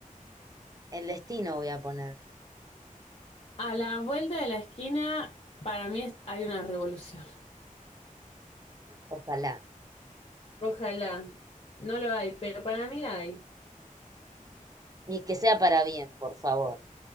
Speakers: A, on the right; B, on the left.
A: El destino voy a poner.
B: a la vuelta de la esquina, para mí es- hay una revolución.
A: Ojalá.
B: Ojalá. No lo hay, pero para mí la hay.
A: Y que sea para bien, por favor.